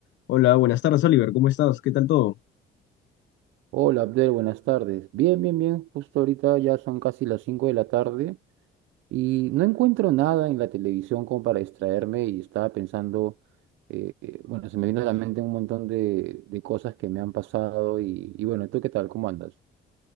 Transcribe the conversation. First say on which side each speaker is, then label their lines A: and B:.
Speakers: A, on the left; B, on the right.
A: Hola, buenas tardes, Oliver. ¿Cómo estás? ¿Qué tal todo?
B: Hola Abdel, buenas tardes. Bien, bien, bien. Justo ahorita ya son casi las 5 de la tarde y no encuentro nada en la televisión como para distraerme y estaba pensando, eh, eh, bueno, se me vino a la mente un montón de, de cosas que me han pasado y, y bueno, ¿tú qué tal? ¿Cómo andas?